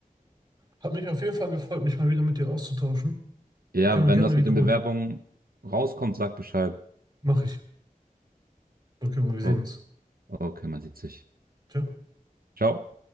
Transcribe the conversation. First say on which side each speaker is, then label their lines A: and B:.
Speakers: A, on the right (about 30°); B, on the right (about 85°).
A: Hat mich auf jeden Fall gefreut, mich mal wieder mit dir auszutauschen.
B: Ja,
A: Können wir
B: wenn
A: gerne
B: was
A: wiederholen.
B: mit den Bewerbungen rauskommt, sag Bescheid.
A: Mach ich. Okay, aber wir sehen
B: Oh,
A: uns.
B: okay, man sieht sich.
A: Ciao.
B: Ciao.